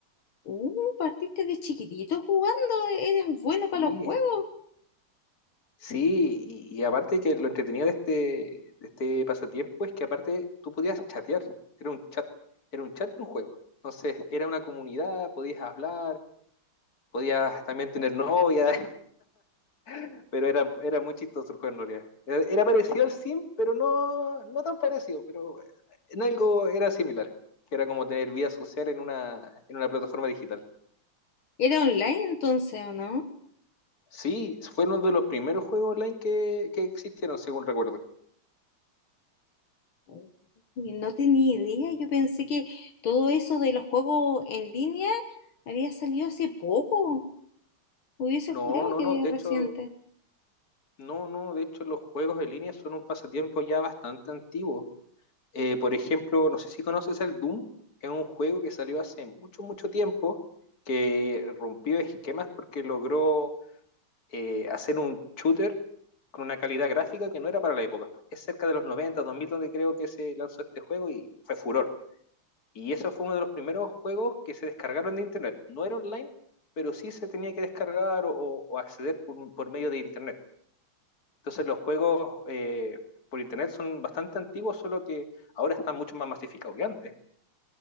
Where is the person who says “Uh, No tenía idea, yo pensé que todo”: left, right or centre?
Left